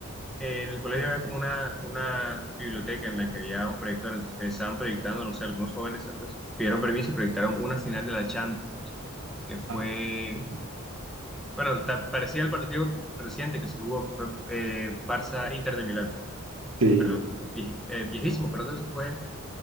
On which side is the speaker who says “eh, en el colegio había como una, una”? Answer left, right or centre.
Centre